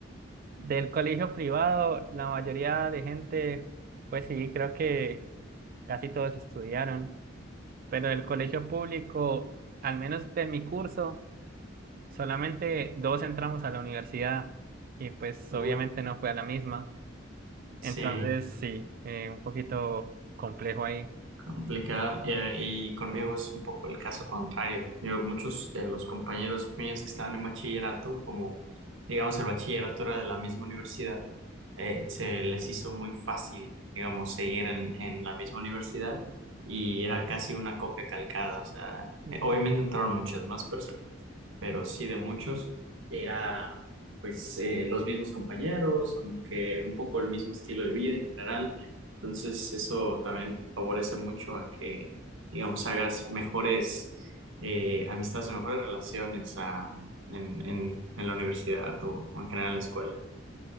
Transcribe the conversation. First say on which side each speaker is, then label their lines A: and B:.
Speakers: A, on the right; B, on the right.
A: Del colegio privado, la mayoría de gente, pues sí, creo que casi todos estudiaron, pero del colegio público, al menos de mi curso, Solamente dos entramos a la universidad y pues
B: Uy,
A: obviamente no fue a la misma.
B: sí.
A: Entonces sí, eh, un poquito complejo ahí.
B: Complicado. Y, eh, y conmigo es un poco el caso contrario. Yo, muchos de los compañeros míos que estaban en bachillerato, como digamos el bachillerato era de la misma universidad, eh, se les hizo muy fácil, digamos, seguir en, en la misma universidad y era casi una copia calcada. O sea,
A: Mm.
B: eh, obviamente entraron muchas más personas, pero sí de muchos era pues eh, los mismos compañeros, como que un poco el mismo estilo de vida en general. Entonces, eso también favorece mucho a que, digamos, hagas mejores eh, amistades o mejores relaciones a- en, en- en la universidad o, en general en la escuela.